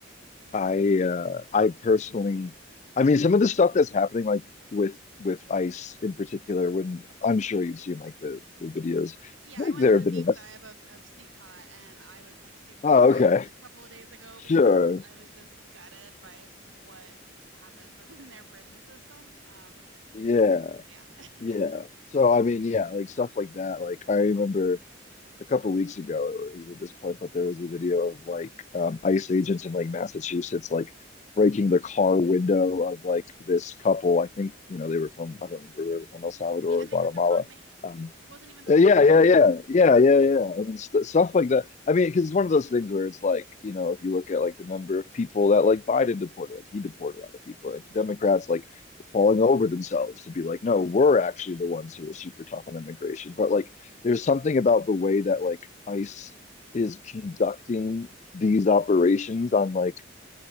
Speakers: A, on the left; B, on the right.
A: I uh I personally I mean some of the stuff that's happening like with with ICE in particular
B: hmm
A: when I'm sure you've seen like the the videos.
B: yeah,
A: I
B: I
A: think
B: went
A: there
B: on
A: have
B: a deep
A: been less.
B: dive of of CCAT and I was like super
A: Oh,
B: depressed
A: okay.
B: a couple of days ago
A: Sure.
B: because I was just gutted by what happens within <laughs> their prison system. Um,
A: Yeah.
B: yeah. <laughs>
A: Yeah. So I mean, yeah, like stuff like that. Like I remember a couple weeks ago it was at this point, but there was a video of like um ICE agents in like Massachusetts like breaking the car window of like this couple. I think, you know, they were from I don't remember where they were from El Salvador
B: Yeah, and
A: or Guatemala.
B: they had the wrong man.
A: Um,
B: It wasn't even the
A: Uh,
B: right
A: Yeah,
B: man
A: yeah,
B: that
A: yeah,
B: they were after.
A: yeah, yeah, yeah, yeah. and st stuff like that. I mean, because it's one of those things where it's like, you know, if you look at like the number of people that like Biden deported, like he deported a lot of people, like the Democrats like falling over themselves to be like, no, we're actually the ones who are super tough on immigration. But like, there's something about the way that like ICE is conducting these operations on like